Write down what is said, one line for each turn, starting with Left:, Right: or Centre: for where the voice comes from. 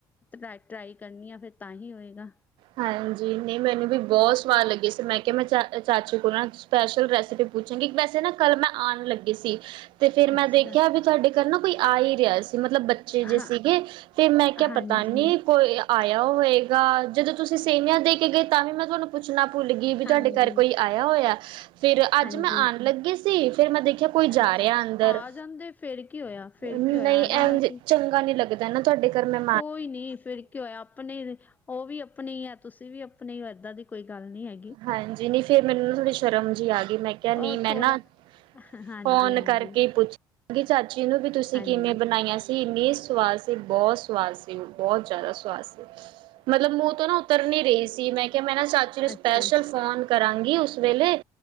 Left: ਟ ਟਰਾਈ ਕਰਨੀ ਆ ਫੇਰ ਤਾਂ ਹੀ ਹੋਏਗਾ।
Right: ਹਾਂਜੀ ਨਈ ਮੈਨੂੰ ਵੀ ਬੌ ਸਵਾਦ ਲੱਗੀ ਸੀ ਮੈਂ ਕਿਆ ਮੈਂ ਚਾ ਚਾਚੂ ਕੋ ਨਾ ਸਪੈਸ਼ਲ ਰੈਸਿਪੀ ਪੁੱਛਾਂਗੀ ਵੈਸੇ ਨਾ ਕੱਲ ਮੈਂ ਆਣ ਈ ਲੱਗੀ ਸੀ ਤੇ ਫੇਰ
Left: ਅੱਛਾ
Right: ਮੈਂ ਦੇਖਿਆ ਵੀ ਤਾਡੇ ਘਰ ਨਾ ਕੋਈ ਆ ਈ ਰਿਆ ਸੀ ਮਤਲਬ ਬੱਚ ਜੇ
Left: ਹਾਂ
Right: ਸੀਗੇ ਫੇਰ ਮੈਂ ਕਿਆ
Left: ਹਾਂਜੀ
Right: ਪਤਾ ਨੀ ਕੋਈ ਆਇਆ ਹੋਏਗਾ ਜਦੋਂ ਤੁਸੀਂ ਸੇੰਵੀਆਂ ਦੇ ਕੇ ਗਏ ਤਾਂ ਵੀ ਮੈਂ ਤੁਆਨੂੰ ਪੁੱਛਣਾ ਭੁੱਲ ਗਈ ਵੀ
Left: ਹਾਂਜੀ
Right: ਤਾਡੇ ਘਰ ਕੋਈ ਆਇਆ ਹੋਇਆ? ਫਿਰ ਅੱਜ
Left: ਹਾਂਜੀ
Right: ਮੈਂ ਆਣ ਲੱਗੀ ਸੀ ਫੇਰ ਮੈਂ ਦੇਖਿਆ ਕੋਈ ਜਾ
Left: ਅੱਛਾ
Right: ਰਿਆ ਅੰਦਰ
Left: ਆ ਜਾਂਦੇ ਫੇਰ ਕੀ ਹੋਇਆ ਫੇਰ
Right: ਨਈ
Left: ਕੀ ਹੋਇਆ ਆ ਜਾਣਾ
Right: ਐਂਜ
Left: ਸੀ
Right: ਚੰਗਾ ਨੀ ਲੱਗਦ ਕੈਨਾ ਤਾਡੇ ਘਰ ਮੈਂ
Left: ਕੋਈ ਨੀ ਫਿਰ ਕੀ ਹੋਇਆ ਆਪਣੇ ਈ ਨੇ ਓ ਵੀ ਆਪਣੀ ਐ ਤੁਸੀਂ ਵੀ ਆਪਣੇ ਓ ਏਦਾਂ ਦੀ ਕੋਈ ਗੱਲ ਨੀ ਐ
Right: ਹਾਂਜੀ ਨੀ ਫੇਰ ਮੈਨੂੰ ਥੋੜੀ ਸ਼ਰਮ ਜੀ ਆ ਗਈ ਮੈਂ ਕਿਆ ਨਈ
Left: ਉਹ
Right: ਮੈਂ
Left: ਥੋੜਾ
Right: ਨਾ
Left: ਹਾਂਜੀ
Right: ਫੋਨ
Left: ਹਾਂਜੀ
Right: ਕਰਕੇ ਪੁੱਛ ਚਾਚੀ ਨੂੰ ਵੀ ਤੁਸੀਂ
Left: ਹਾਂਜੀ
Right: ਕਿਵੇਂ ਬਣਾਈਆਂ ਸੀ? ਇੰਨੀ ਸਵਾਦ ਸੀ, ਬਹੁਤ ਸਵਾਦ ਸੀ ਬੌਤ ਜਾਦਾ ਸਵਾਦ ਸੀ ਮਤਲਬ ਮ ਤੋਂ ਨਾ ਉਤਰ ਨਈ ਰਈ ਸੀ ਮੈਂ ਕਿਆ ਮੈਂ ਕੇਆ ਮੈਂ ਨਾ ਚਾਚੀ ਨੂੰ ਸਪੈਸ਼ਲ
Left: ਅੱਛਾ
Right: ਫੋਨ ਕਰਾਂਗੀ ਉਸ ਵੇਲੇ